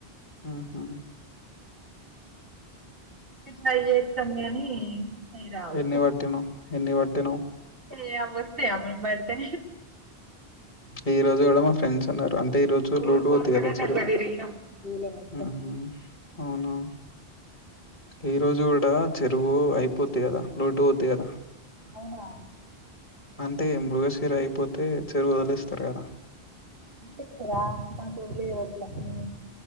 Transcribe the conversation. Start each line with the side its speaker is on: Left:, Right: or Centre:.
Left: ఆహా
Right: ట్రై చేస్తాం అవి రావు
Left: ఎన్ని పట్టినవు? ఎన్ని పట్టినవు?
Right: ఏ అవి వస్తేయా మేం పడితే
Left: ఈ రోజు కూడా మా ఫ్రెండ్స్ అన్నారు తె ఈ రోజు లోడు
Right: ఊరుకోరుకనే
Left: దయదాచరు
Right: దాంట్లో తిరిగినాం చెరువులో మొత్తం
Left: ఉ హు అవునా ఈ రోజు కూడా చెరువు అయిపోద్ది కదా లోడ్డు అవుద్ది కదా
Right: అవునా
Left: తే మృగసీర అయిపోతే చెరువు వదిలేస్తారు కదా
Right: ఇస్తరా మాకు లేవట్లా ఊ